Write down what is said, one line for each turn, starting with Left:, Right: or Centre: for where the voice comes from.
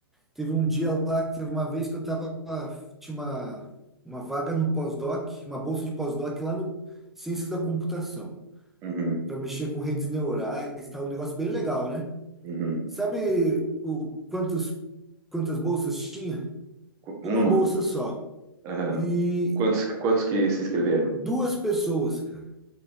Centre: teve um dia lá, que teve uma vez que eu tava, tinha uma, uma vaga no pós-doc, uma bolsa de pós-doc lá no Ciências da Computação.
Right: Uhum,
Centre: para mexer com redes neurais, tá um negócio bem legal, né?
Right: uhum.
Centre: Sabe o quantos, quantas bolsas tinha?
Right: Qu-
Centre: Uma
Right: Uma.
Centre: bolsa só.
Right: Aham.
Centre: E
Right: Quantos, quantos que se inscreveram?
Centre: duas pessoas, cara.